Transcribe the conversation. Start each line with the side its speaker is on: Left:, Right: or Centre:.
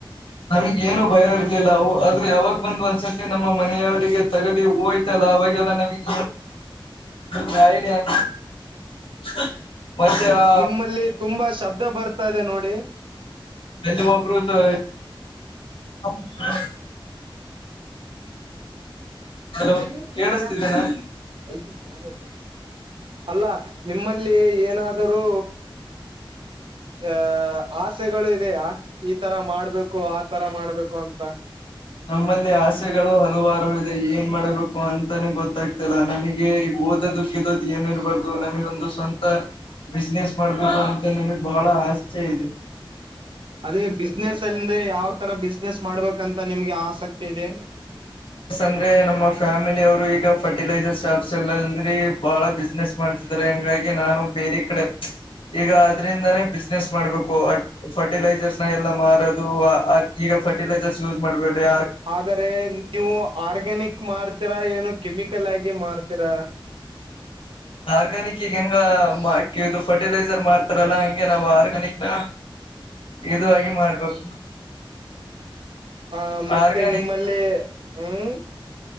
Left: ನಮಗ್ ಏನು ಭಯ ಇರ್ಲಿಲ್ಲ ಅವು ಊ ಯಾವಾಗ ಬಂದು ಒಂದ್ಸತಿ ನಮ್ಮ ಮನೆಯವರಿಗೆ ತಗಲಿ ಹೋಯ್ತಲ್ಲ ಅವಾಗೆಲ್ಲ ನಮಗೆ ಗ <unintelligible> ಮತ್ತೆ <unintelligible>
Right: ನಿಮ್ಮಲ್ಲಿ ತುಂಬಾ ಶಬ್ದ ಬರ್ತಾ ಇದೆ ನೋಡಿ
Left: ಅಲ್ಲಿ ಒಬ್ಬರುದು ಹ <inaudible> ಹಲೋ
Right: ಒಂದಐ
Left: ಕೇಳಿಸ್ತಿದ್ದೇನಾ
Right: ನತ್ <inaudible> ಐದು ಶ ನಾಮ <inaudible> ಅಲ್ಲ ನಿಮ್ಮಲ್ಲಿ ಏನಾದರೂ ಅ ಆಸೆಗಳು ಇದೆಯಾ ಈ ತರ ಮಾಡ್ಬೇಕು ಆ ತರ ಮಾಡ್ಬೇಕು ಅಂತ.
Left: ನಮ್ಮಲ್ಲಿ ಆಸೆಗಳು ಹಲವಾರು ಇದೆ ಏನ್ ಮಾಡ್ಬೇಕು ಅಂತಾನೆ ಗೊತ್ತಾ ಇಲ್ಲ ಲ್ಲಾ ನಮಗೆ ಓದ ಗೀದುದು ಏನು ಇರ್ಬಾರ್ದು ನಮಗೆ ಒಂದು ಸ್ವಂತ ಬಿಸ್ನೆಸ್ ಮಾಡ್ಬೇಕು ಅಂತ ನಮಗ್ ಬಹಳ ಆಸೆ ಇದೆ
Right: ಅದೇ ಬಿಸ್ನೆಸ್ ಅಂದ್ರೆ ಯಾವ್ ತರ ಬಿಸ್ನೆಸ್ ಮಾಡ್ಬೇಕಂತ ನಿಮ್ಗೆ ಆಸಕ್ತಿ ಇದೆ
Left: ಸ್ ಅಂದ್ರೆ ನಮ್ಮ ಫ್ಯಾಮಿಲಿ ಅವರು ಈಗ ಫರ್ಟಿಲೈಸರ್ ಶಾಪ್ಸ್ ಎಲ್ಲ ಅ ಬಹಳ ಬಿಸ್ನೆಸ್ ಮಾಡ್ತದಿದ್ರು ಹಂಗಾಗಿ ನಾನು ಬೇರೆ ಕಡೆ ಈಗ ಅದ್ರಿಂದಾನೇ ಬಿಸ್ನೆಸ್ ಮಾಡ್ಬೇಕು ಫರ್ಟಿಲೈಸರ್ಸ್ ನ ಎಲ್ಲ ಮಾರೋದು ಈಗ ಫಟಿಲೈಸರ್ಸ್ ಯೂಸ್ ಮಾಡ್ಬೇರಿ
Right: ಆದರೆ ನೀವು ಆರ್ಗ್ಯಾನಿಕ್ ಮಾಡ್ರಿರ ಏನು ಕೆಮಿಕಲ್ ಆಗಿ ಮಾರ್ತೀರಾ
Left: ಆರ್ಗ್ಯಾನಿಕ್ ಈಗ ಹೆಂಗ ಇದು ಫರ್ಟಿಲೈಸರ್ ಮಾಡ್ತ ಅ <unintelligible> ಲ್ಲ ಹಂಗೆ ನಾವ್ ಆರು ಮನಕ್ನ ಇದಾಗಿ ಮಾರ್ಬೇಕು
Right: ಆ ಮತ್ತೆ
Left: ಆರ್ಗ್ಯಾನಿಕ್
Right: ನಿಮ್ಮಲ್ಲಿ ಹ್ಮ್